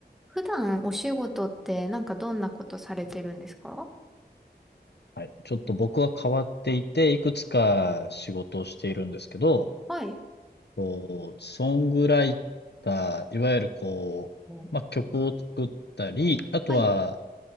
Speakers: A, in the centre; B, on the left.
A: 普段お仕事ってなんかどんなことされてるんですか
B: はい。ちょっと僕は変わっていて、いくつか仕事をしているんですけど、
A: はい。
B: こうソングライター、いわゆるこう、
A: お
B: まあ、曲を作ったり、あとは、
A: はい。